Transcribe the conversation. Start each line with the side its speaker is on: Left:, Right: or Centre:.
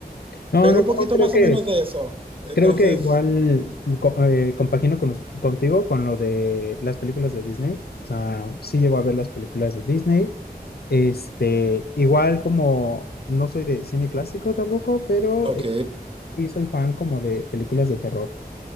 Left: No,
Right: pero
Left: no,
Right: un
Left: no,
Right: poquito
Left: creo
Right: más
Left: que,
Right: o menos de eso. Entonces,
Left: creo que igual co- eh, compagino con, us- contigo con lo de las películas de Disney. O sea, sí llego a ver las películas de Disney. Este, igual como no soy de cine clásico tampoco, pero
Right: ok,
Left: eh, sí soy fan como de películas de terror.